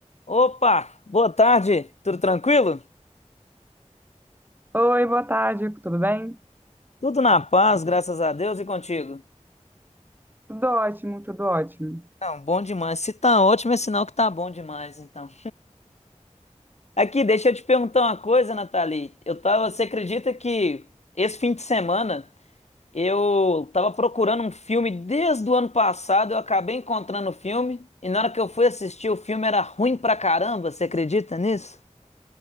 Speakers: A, on the left; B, on the right.
A: Opa, boa tarde, tudo tranquilo?
B: Oi, boa tarde, tudo bem?
A: Tudo na paz, graças a Deus e contigo.
B: Tudo ótimo, tudo ótimo.
A: Não, bom demais. Se tá ótimo, é sinal que tá bom demais, então. Aqui, deixa eu te perguntar uma coisa, Nathalie. Eu tava, você acredita que esse fim de semana eu tava procurando um filme desde o ano passado, eu acabei encontrando o filme e na hora que eu fui assistir, o filme era ruim pra caramba, você acredita nisso?